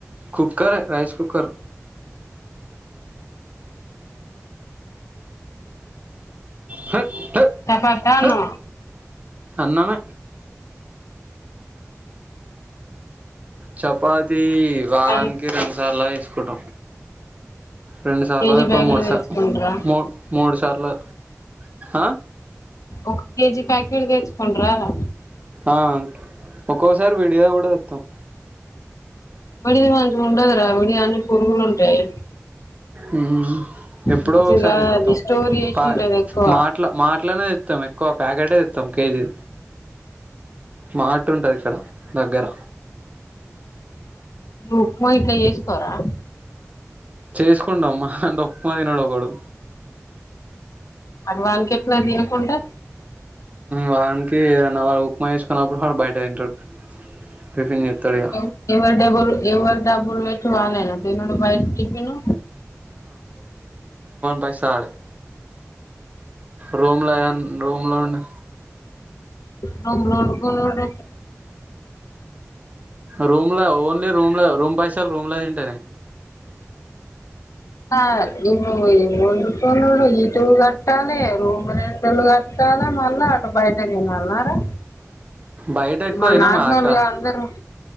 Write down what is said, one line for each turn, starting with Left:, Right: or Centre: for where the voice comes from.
Right: cooker rice cooker hot hot
Left: తపతాను
Right: హట్ అన్నమే చపాతి వారానికి
Left: అన్
Right: రెండు సార్లు అయి కోట రెండు సార్లు
Left: కేజీ
Right: అవిప్పు
Left: ప్యాకెట్
Right: మూడుసా
Left: తెచ్చుకుంటరా
Right: మూ మూడు సార్లు ఆ
Left: ఒక కేజీ ప్యాకెట్ తెచ్చుకుండ్రా రా
Right: ఆ ఒక్కోసారి విడియా కూడా తీత్తం
Left: బడికి మంచిగుండదురా విడియో అన్ని పురుగులుంటాయి.
Right: మ్ ఎప్పుడో
Left: మంచిగా
Right: ఒకసారి ఇస్తాం
Left: అది స్టోర్ చేసి
Right: పాయ
Left: ఉంటది ఎక్కువ
Right: మాట్ల మాట్లనే తెత్తం ఎక్కువ ప్యాకెటే తెత్తం కేజీ మార్ట్ ఉంటది ఇక్కడ దగ్గర.
Left: ఉప్మా ఇట్లా చేసుకోరా
Right: చేసుకుంటాం మహమ్ ట ఉప్మా తినడు ఒకడు
Left: మరి వానికెట్ల తినుకుంటే
Right: వానికి ఏదన్నా వా ఉప్మా వేసుకున్నప్పుడు వాడు బయట తింటాడు టిఫిన్ చేస్తాడు ఇక
Left: ఎవ ఎవరు డబ్బులు ఎవరు డబ్బులు పెట్ టు వాళ్లేనా తినుడు బయట టిఫిను
Right: పైస ఆడే రూమ్లా యావన్ రూమ్ లో నే
Left: రూమ్ లో వండుకోనీరు
Right: రూమ్ల ఓన్లీ రూమ్ ల రూమ్ పైసల్ రూమ్ల తింటేనే.
Left: కాదు ఇప్పుడు ఈ వండుకొనుడు ఇటు కట్టాలే రూమ్ రెంటులు కట్ కట్టాలా మల్లా అటు బయట తినాల్నారా
Right: బయట ఎక్కువ
Left: మల్
Right: తినం
Left: నార్మల్
Right: అక్క
Left: గా అందరుూ,